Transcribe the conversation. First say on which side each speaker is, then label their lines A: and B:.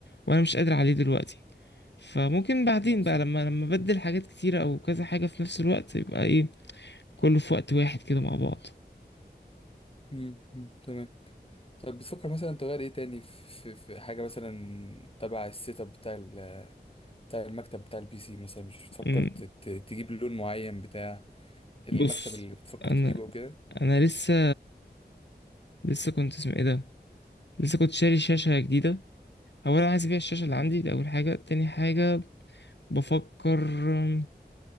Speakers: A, on the left (about 85°); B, on the left (about 30°).
A: وأنا مش قادر عليه دلوقتي فممكن بعدين
B: لا صح
A: بقى لما لما أبدل حاجات كتيرة أو كذا حاجة في نفس الوقت يبقى إيه كله في وقت واحد كده مع بعض
B: مم. مم. تمام طب بتفكر مثلا تغير ايه تاني في في حاجة مثلا تبع السيت اب بتاع ال- بتاع المكتب بتاع البي سي مثلا مش بتفكر
A: أمم،
B: ت- ت- تجيب لون معين بتاع المكتب
A: بص
B: اللي بتفكر
A: أنا
B: تجيبه او كده
A: أنا لسه لسه كنت اسمه إيه ده لسه كنت شاري شاشة جديدة أولا عايز أبيع الشاشة اللي
B: مم.
A: عندي دي أول حاجة تاني حاجة بفكر أم،